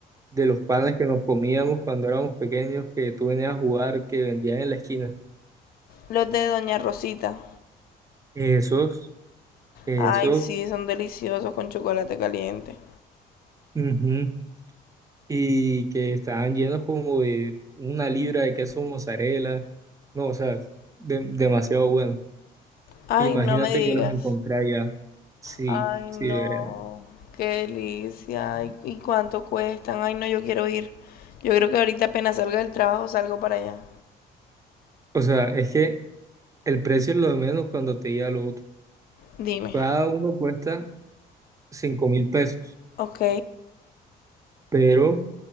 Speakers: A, on the right; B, on the left.
A: de los panes que nos comíamos cuando éramos pequeños, que tú venías a jugar, que vendían en la esquina?
B: Los de Doña Rosita.
A: Esos, esos,
B: Ay, sí, son deliciosos con chocolate caliente.
A: ujú, Y que estaban llenos como de una libra de queso mozzarella. No, o sea, de- demasiado bueno.
B: Ay,
A: Imagínate
B: no me digas.
A: que los encontré allá. Sí,
B: Ay,
A: sí,
B: no.
A: Verena.
B: Qué delicia. Ay, ¿Y cuánto cuestan? Ay, no, yo quiero ir. Yo creo que ahorita apenas salga del trabajo salgo para allá.
A: O sea, es que el precio es lo de menos cuando te llega lo otro.
B: Dime.
A: Cada uno cuesta cinco mil pesos,
B: Ok.
A: pero...